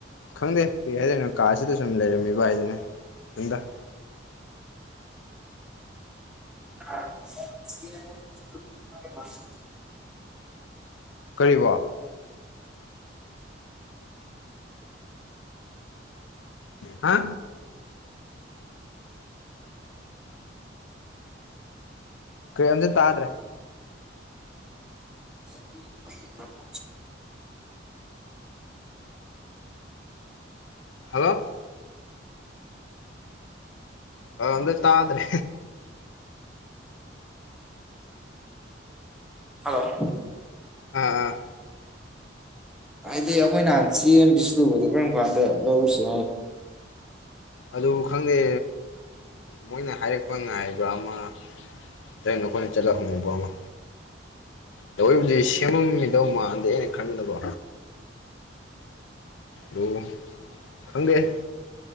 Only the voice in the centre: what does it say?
<unintelligible> <unintelligible>
<inaudible>
ꯍꯜꯂꯣ
ꯍꯥꯏꯗꯤ ꯑꯩꯈꯣꯏ ꯅꯍꯥꯟ ꯆꯦꯕꯤꯁꯤꯜꯂꯨꯕꯗꯣ ꯀꯔꯝ ꯀꯥꯟꯗ ꯂꯧꯔꯨꯁꯤ